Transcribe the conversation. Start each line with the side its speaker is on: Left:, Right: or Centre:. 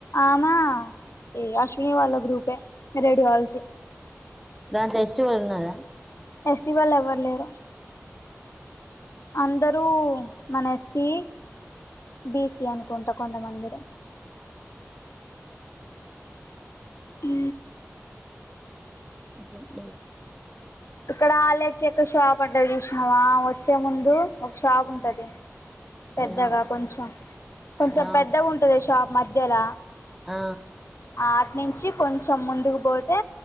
Left: ఆమా ఈ అశ్విని వాళ్ళ గ్రూపె <unintelligible>
Centre: <unintelligible>
Left: ఫెస్టివల్ ఎవరు లేరు అందరూ మన <unintelligible> సి బీసి అనుకుంటా కొంతమంది <unintelligible> హు
Centre: ఉఓహ
Left: ఇక్కడ అలేక్యక ఒక షాప్ అంట చూసినావా వచ్చే ముందు ఒక షాప్ ఉంటది పెద్దగా
Centre: ఏమో
Left: కొంచెం కొంచెం
Centre: ఆ
Left: పెద్దగా ఉంటంది షాప్ మధ్యల
Centre: ఆ
Left: అట్న్నించి నుంచి కొంచెం ముందుకు పోతే